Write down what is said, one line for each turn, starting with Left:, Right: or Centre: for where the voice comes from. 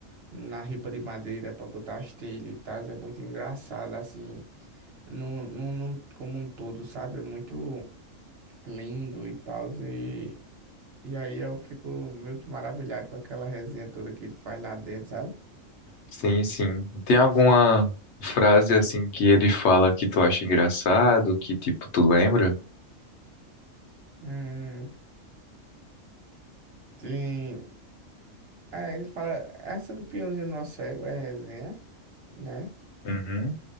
Right: na ripa de madeira pra botar as telhas e tal, é muito engraçado, assim, no, no, no- como um todo, sabe? É muito lindo e tal, e, e aí eu fico meio que maravilhado com aquela resenha toda que ele faz lá dentro, sabe?
Left: Sim, sim. Tem
Right: Não
Left: alguma
Right: sei se...
Left: frase assim que ele fala que tu acha engraçado, que tipo tu lembra?
Right: Hum, sim. Aí ele fala, essa do peãozinho nosso cego é resenha, né?
Left: Uhum.